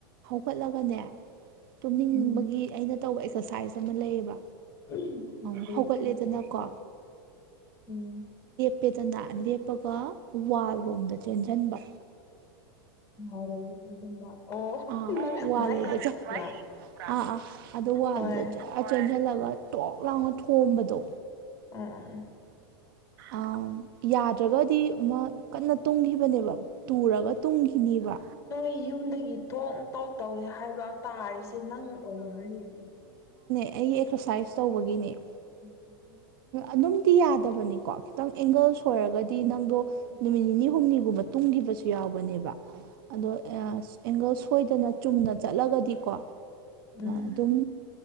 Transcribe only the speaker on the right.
ꯍꯣꯠꯂꯒꯅꯦ ꯇꯨꯝꯅꯤꯡꯕꯒꯤ
ꯑꯩꯅ ꯇꯧꯕ ꯑꯦꯛꯁꯔꯁꯥꯏꯖ ꯑꯃ ꯂꯩꯌꯦꯕ
ꯑꯝ ꯍꯧꯒꯠꯂꯦꯗꯅꯀꯣ
ꯄꯦꯗꯅꯥ ꯂꯦꯞꯄꯒ ꯋꯥꯜꯔꯣꯝꯗ ꯆꯦꯟꯖꯟꯕ
ꯑꯥ
ꯋꯥꯜ ꯂꯩꯕꯁꯦ
ꯑꯥ ꯑꯥ ꯑꯗꯣ ꯋꯥꯜꯗ
ꯖꯔ ꯆꯦꯟꯖꯜꯂꯒ ꯇꯣꯛ ꯂꯥꯎꯅ ꯊꯣꯝꯕꯗꯣ
ꯑ ꯌꯥꯗ꯭ꯔꯒꯗꯤ ꯑꯃ ꯀꯟꯅ ꯇꯨꯝꯈꯤꯕꯅꯦꯕ ꯇꯨꯔꯒ ꯇꯨꯝꯈꯤꯅꯤꯕ
ꯑꯩ ꯑꯦꯛꯁꯔꯁꯥꯏꯁ ꯇꯧꯕꯒꯤꯅꯤ
ꯑꯗꯨꯝ ꯇꯤ ꯌꯥꯗꯕꯅꯤꯀꯣ ꯈꯤꯇꯪ ꯑꯦꯡꯒꯜ ꯑꯣꯏꯔꯒꯗꯤ ꯅꯪꯗꯣ
ꯅꯨꯃꯤꯠ ꯅꯤꯅꯤ ꯍꯨꯝꯅꯤ ꯇꯨꯡꯈꯤꯕꯁꯨ ꯌꯥꯎꯕꯅꯦꯕ ꯑꯗꯣ
ꯑꯦꯡꯒꯜ ꯁꯣꯏꯗꯅ ꯆꯨꯝꯅ ꯆꯠꯂꯒꯗꯤꯀꯣ
ꯑꯗꯨꯝ